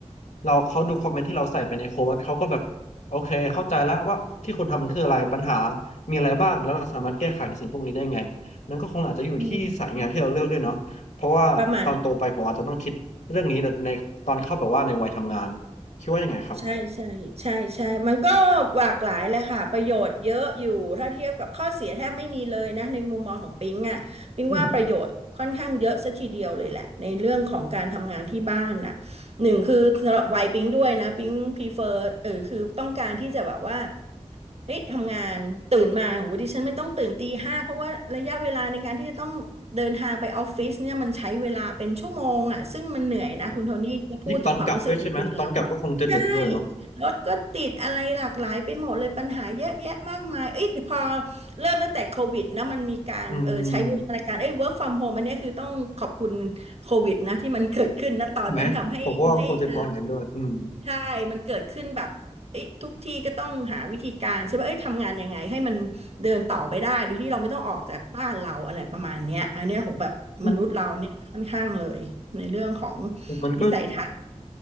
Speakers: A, on the left (about 80°); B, on the right (about 55°).
A: เราเขาดูคอมเมนต์ที่เราใส่ไปในโค้ดเขาก็แบบโอเคเข้าใจแล้วว่าที่คุณทำมันคืออะไรปัญหามีอะไรบ้างแล้วเราสามารถแก้ไขสิ่งพวกนี้ได้ไง มันก็คงอาจจะอยู่ที่สายงานที่เราเลือกด้วยเนาะเพราะว่าตอนโตไปผมอาจจะต้องคิดเรื่องนี้แต่ในตอนเข้าแบบว่าในวัยทำงานอะคิดว่ายังไงครับ
B: อืมประมาณ ใช่ใช่ใช่ใช่มันก็หลากหลายแหละค่ะประโยชน์เยอะอยู่ถ้าเทียบกับข้อเสียแทบไม่มีเลยนะในมุมมองของปิงอ่ะปิงว่าประโยชน์ค่อนข้างเยอะซะทีเดียวเลยแหละในเรื่องของการทำงานที่บ้านน่ะ
A: อืม
B: หนึ่งคือสำหรับวัยปิงด้วยนะปิงพรีเฟอร์เออคือต้องการที่จะแบบว่าเฮ้ยทำงานตื่นมาโหดิฉันไม่ต้องตื่นตีห้าเพราะว่าระยะเวลาในการที่จะต้องเดินทางไปออฟฟิศเนี่ยมันใช้เวลาเป็นชั่วโมงอ่ะซึ่งมันเหนื่อยนะคุณโทนี่พูดถึงความรู้สึกจริงๆแล้วอะ
A: ใช่ยิ่งตอนกลับด้วยใช่ไหมตอนกลับก็คงจะดึกด้วยเนาะ
B: ใช่รถก็ติดอะไรหลากหลายไปหมดเลยปัญหาเยอะแยะมากมายเอ้ยพอเริ่มตั้งแต่โควิดนะมันมีการเออใช้วิวัฒนาการเอ้ย
A: อืม
B: work from home อันเนี้ยคือต้องขอบคุณโควิดนะที่มันเกิดขึ้นนะตอนนั้นทำให้ให้เออ
A: ใช่ไหมผมก็ว่ามันคงจะพออย่างนั้นด้วยอืม
B: ใช่ มันเกิดขึ้นแบบเอ้ยทุกที่ก็ต้องหาวิธีการใช่ป่ะเอ้ยทำงานยังไงให้มันเดินต่อไปได้โดยที่เราไม่ต้องออกจากบ้านเราอะไรประมาณเนี้ยอันเนี้ยโหแบบมนุษย์เราเนี่ยค่อนข้างเลยในเรื่องของ
A: อืมมันก็
B: วิสัยทัศน์